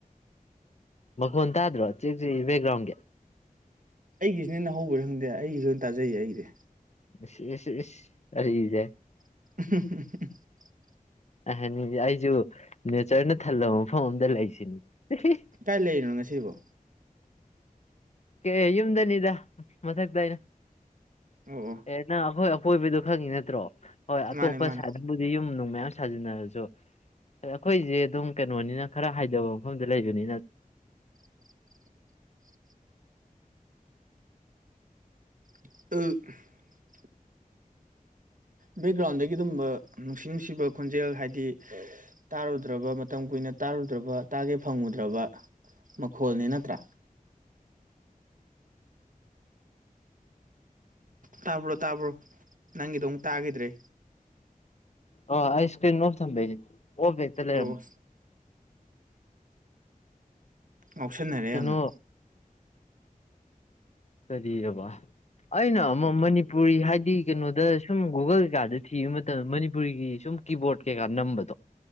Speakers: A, on the left (about 50°); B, on the right (about 65°).
A: ꯃꯈꯣꯟ ꯇꯥꯗ꯭ꯔꯣ ꯆꯤꯔꯤꯛ ꯕꯦꯛꯒ꯭ꯔꯥꯎꯟꯒꯤ
B: ꯑꯩꯒꯤꯁꯤꯅꯦ ꯅ ꯍꯧꯕꯅꯤ ꯈꯪꯗꯦ ꯑꯩꯒꯤꯁꯨ ꯑꯣꯏꯅ ꯇꯥꯖꯩꯌꯦ ꯑꯩꯁꯦ
A: ꯏꯁ ꯏꯁ ꯏꯁ
B: <unintelligible>
A: ꯑꯩ ꯍꯅꯤꯉꯤꯁꯦ ꯑꯩꯁꯨ ꯅꯦꯆꯔꯅ ꯊꯜꯂꯕ ꯃꯐꯝ ꯑꯝꯗ ꯂꯩꯁꯤꯅꯤ
B: ꯀꯥꯏ ꯂꯩꯔꯤꯅꯣ ꯉꯁꯤꯕꯣ
A: ꯀꯩ ꯌꯨꯝꯗꯅꯤꯗ ꯃꯊꯛꯇ ꯑꯩꯅ
B: ꯑꯣ ꯑꯣ
A: ꯑꯦ ꯅ ꯑꯩꯈꯣꯏ ꯀꯣꯏꯕꯗꯨ ꯈꯪꯉꯤ ꯅꯠꯇ꯭ꯔꯣ ꯍꯣꯏ
B: ꯃꯥꯅꯦ
A: ꯑꯇꯣꯞꯄ
B: ꯃꯥꯅꯦ
A: ꯁꯥꯏꯠꯇꯕꯨꯗꯤ ꯌꯨꯝ ꯅꯨꯡ ꯃꯌꯥꯝ ꯁꯥꯖꯤꯟꯅꯔꯁꯨ ꯑꯩꯈꯣꯏꯁꯦ ꯑꯗꯨꯝ ꯀꯩꯅꯣꯅꯤꯅ ꯈꯔ ꯍꯥꯏꯊꯕ ꯃꯐꯝꯗ ꯂꯩꯕꯅꯤꯅ
B: <unintelligible> <unintelligible>
A: <inaudible>
B: ꯕꯦꯛꯒ꯭ꯔꯥꯎꯟꯗꯒꯤ ꯑꯗꯨꯕ ꯅꯨꯡꯁꯤ ꯅꯨꯡꯁꯤꯕ ꯈꯣꯟꯖꯦꯜ ꯍꯥꯏꯗꯤ ꯇꯥꯔꯨꯗ꯭ꯔꯕ ꯃꯇꯝ ꯀꯨꯏꯅ ꯇꯥꯔꯨꯗ꯭ꯔꯕ ꯇꯥꯒꯦ ꯐꯪꯉꯨꯗ꯭ꯔꯕ ꯃꯈꯣꯜꯅꯤ ꯅꯠꯇ꯭ꯔꯥ ꯇꯥꯕ꯭ꯔꯣ ꯇꯥꯕ꯭ꯔꯣ ꯅꯪꯒꯤꯗꯣ ꯑꯃꯨꯛ ꯇꯥꯒꯤꯗ꯭ꯔꯦ
A: ꯑ ꯑꯩꯁ ꯀ꯭ꯔꯤꯝ ꯂꯐ ꯊꯝꯕꯩꯁꯦ ꯑꯣꯐ ꯍꯦꯛꯇ ꯂꯩꯔꯝꯕ
B: ꯑꯣ ꯉꯥꯎꯁꯟꯅꯔꯦ
A: ꯀꯩꯅꯣ
B: ꯌꯥꯝꯅ
A: ꯀꯔꯤꯑꯕ ꯑꯩꯅ ꯑꯃ ꯃꯅꯤꯄꯨꯔꯤ ꯍꯥꯏꯗꯤ ꯀꯩꯅꯣꯗ ꯁꯨꯝ ꯒꯨꯒꯜ ꯀꯩꯀꯥꯗ ꯊꯤꯕ ꯃꯇꯝꯗ ꯃꯅꯤꯄꯨꯔꯤꯒꯤ ꯁꯨꯝ ꯀꯤꯕꯣꯔꯠ ꯀꯩꯀꯥ ꯅꯝꯕꯗꯣ